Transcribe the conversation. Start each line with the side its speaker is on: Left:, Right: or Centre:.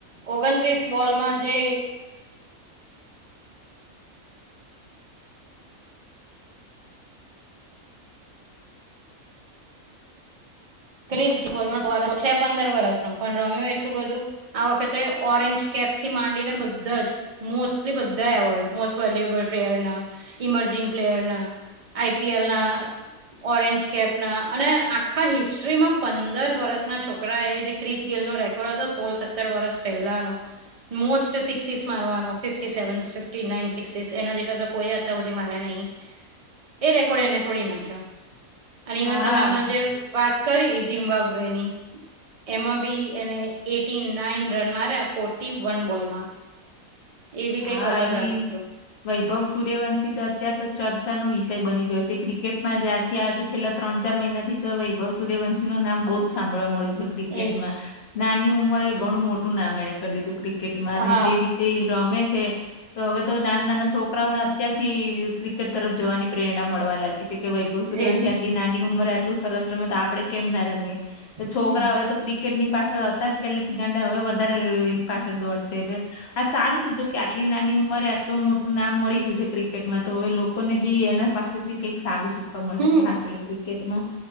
Right: ઓગણત્રીસ બોલમાં જે ક્રિશ બોલમાં છે પંદર વરસનો પણ રમ્યો એટલું બધું આ વખતે ઓરેન્જ કેપથી માંડીને બધા જ મોસ્ટલી બધા એવોર્ડ મોસ્ટ વલ્યુએબલ પ્લેયરના, ઇમર્જિંગ પ્લેયરના આઈપીએલના ઓરેન્જ કેપના અને આખા હિસ્ટ <unintelligible> માં પંદર વર્ષના છોકરા એ જે ક્રિશ ગેલનો રેકોર્ડ હતો સોલ સત્તર વરસ પહેલાનો મોસ્ટ સિક્સીસ મારવાનો fifty seven fifty nine sixes એના જેટલા તો કોઈએ અતાર હુધીમાં હે નહીં એ રેકોર્ડ એને તોડી નાખ્યો. અને
Left: હા
Right: ઈવન તમે હમણાં જે વાત કરી જિમ્બાબવેની એમાં બી એને એટી નાઈન રન માર્યા ફોર્ટી વન બોલમાં. એ બી
Left: હા
Right: કઈક અલગ આવ્યું
Left: એ
Right: હતું
Left: વૈભવ સૂર્યવંશીતો અત્યારેતો ચર્ચાનો વિષય બની ગયો છે. ક્રિકેટમાં જ્યારથી આયો છેલ્લા ત્રણ ચાર મહિનાથી તો વૈભવ સૂર્યવંશીનું નામ બહુ જ સાંભળવા મળ્યું છે. ક્રિકેટમાં
Right: એજ
Left: નાની ઉંમરે ઘણું મોટું નામ એને કરી દીધું. ક્રિકેટમાં અને
Right: હા
Left: જે રી તે રમે છ તો હવે તો નાના નાના છોકરાઓને અત્યારથી ક્રિકેટ તરફ જવાની પ્રેરણા મળવા લાગ કે છ વૈભવ સૂર્યવંશિ
Right: એજ
Left: આટલી નાની ઉંમર આટલૂ સરસ રમે તો આપડણે કેમ ના રમીએ તે છોકરા
Right: હમ
Left: હવે તો કિ કેટ ની પાછળ હતા જ પેહલે થી ગાંડા હવે વધારે એની પાછળ દોડશે એટલે આ સારું જોકે છે. આટલી નાની ઉંમરે આટલું મોટું નામ મળી ગયું છે. ક્રિકેટ એમાં તો હવે લોકોને બી એના પાસેથી કઈક સારું શીખવા મળશે
Right: હમ
Left: કે હા ચાલો ક્રિકેટમાં